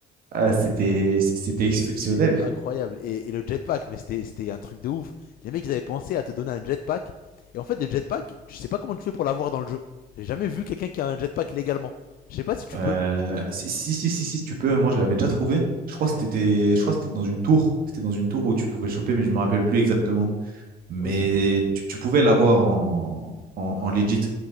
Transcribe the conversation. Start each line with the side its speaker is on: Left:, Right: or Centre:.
Right: Ah, c'était, c'était exceptionnel.
Left: C'était incroyable. Et, et le jetpack, mais c'était, c'était un truc de ouf. Les mecs, ils avaient pensé à te donner un jetpack. Et en fait, le jetpack, tu sais pas comment tu fais pour l'avoir dans le jeu. J'ai jamais vu quelqu'un qui a un jetpack légalement. Je sais pas si tu
Right: Euh,
Left: peux.
Right: si, si, si, si, si, si tu peux, moi je l'avais déjà trouvé. Je crois que c'était, je crois que c'était dans une tour. C'était dans une tour où tu pouvais le choper, mais je me rappelle plus exactement. Mais
Left: Ok.
Right: tu, tu pouvais l'avoir en, en,
Left: Ouais.
Right: en legit.